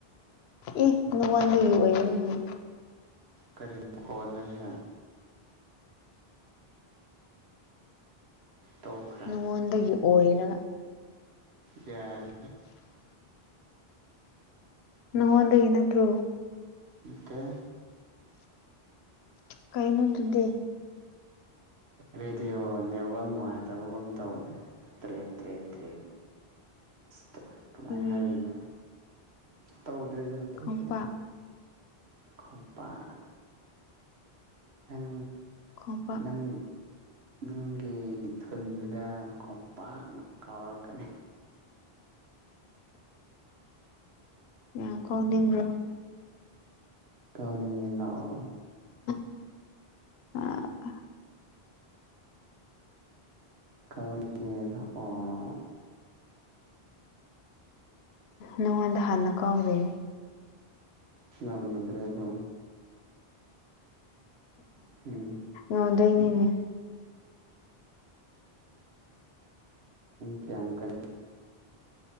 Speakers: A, on the left (about 80°); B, on the right (about 85°).
A: ꯑꯦ ꯅꯉꯣꯟꯗꯒꯤ ꯑꯣꯏꯔꯃꯤꯅꯦ
B: ꯀꯔꯤ ꯃꯈꯣꯟꯅꯣꯁꯦ ꯇꯣꯛꯈ꯭ꯔꯦ
A: ꯅꯉꯣꯟꯗꯒꯤ ꯑꯣꯏꯔꯒ
B: ꯌꯥꯔꯦ
A: ꯅꯉꯣꯟꯗꯒꯤ ꯅꯠꯇ꯭ꯔꯣ
B: ꯇ
A: ꯀꯥꯏꯩꯅꯣꯗꯨꯗꯤ
B: ꯔꯦꯗꯤꯑꯣ ꯅꯦꯠꯋꯥꯛ ꯅꯨꯡꯉꯥꯏꯇꯕꯒꯨꯝ ꯇꯧꯅꯤ ꯇꯔꯦ ꯇ꯭ꯔꯦ ꯇꯦ ꯇ ꯀꯃꯥꯏꯅ
A: ꯎꯝ
B: ꯍꯥꯏꯗꯣꯏꯅꯣ ꯇꯧꯗ꯭꯭ꯔꯔꯤꯗ ꯍꯧꯖꯤꯛꯄꯗꯤꯡ
A: ꯈꯣꯡꯄꯥꯛ
B: ꯈꯝꯄꯥꯛ ꯅꯪ
A: ꯈꯣꯡꯄꯥꯛ
B: ꯅꯪ
A: <inaudible>
B: ꯅꯪꯒꯤ ꯊꯨꯟꯗꯨꯗ ꯈꯣꯝꯄꯥꯛꯅ ꯀꯥꯎꯔꯛꯀꯅꯤ
A: ꯌꯥ ꯀꯥꯎꯅꯤꯡꯕ꯭ꯔꯣ
B: ꯀꯥꯎꯅꯤꯡꯉꯦ ꯂꯥꯛꯑꯣ
A: ꯑ
B: ꯀꯥꯎꯅꯤꯡꯉꯦ ꯂꯥꯛꯑꯣ
A: ꯅꯣꯟꯗ ꯍꯜ ꯀꯥꯎꯗꯦ
B: ꯝꯒꯗꯔꯦꯕ ꯎꯝ
A: ꯎꯝꯝ ꯂꯩꯅꯦ
B: ꯀ ꯑꯃ ꯀ